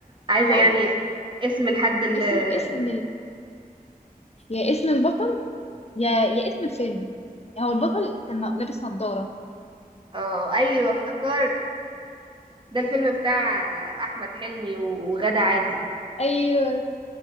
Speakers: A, on the right; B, on the left.
A: عايزة
B: هقول
A: يعني
B: لك
A: اسم الحد اللي
B: اسم اسم ال... يا اسم البطل يا يا اسم الفيلم هو البطل كان لابس نظارة
A: اه ايوه افتكرت ده الفيلم بتاع أحمد حلمي وغادة عادل
B: ايوه